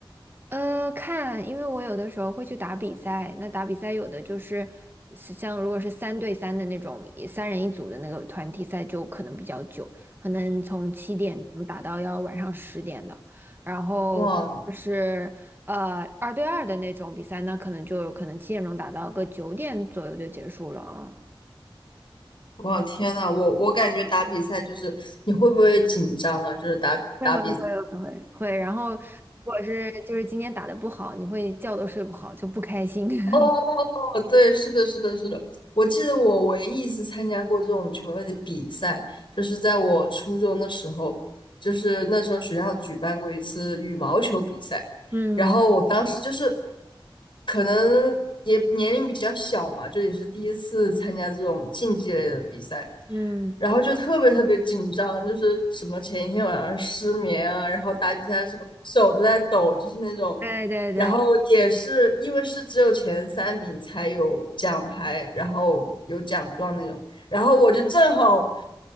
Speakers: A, on the right; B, on the left.
A: 呃，看，因为我有的时候会去打比赛，那打比赛有的就是是像如果是三对三的那种，也三人一组的那个团体赛就可能比较久，可能从七点钟打到要晚上十点的，然后就是呃二对二的那种比赛，
B: 哇
A: 那可能就可能七点钟打到个九点左右就结束了啊。
B: 哇，天呐，我我感觉打比赛就是你会不会紧张啊？就是打打
A: 会会会会会会，然后如果是就是今天打的不好，你会觉都睡不好，就不开心。<laughs>
B: 哦，对，是的，是的，是的。我记得我唯一一次参加过这种球类的比赛，就是在我初中的时候，就是那时候学校举办过一次羽毛球比赛，
A: 嗯
B: 然后我当时就是可能也年龄比较小嘛，就也是第一次参加这种竞技类的比赛，
A: 嗯。
B: 然后就特别特别紧张，就是什么前一天晚上失眠啊，然后打比赛的时候手都在抖，就是那种。
A: 对对对，
B: 然后也是因为是只有前三名才有奖牌，然后有奖状那种。然后我就正好，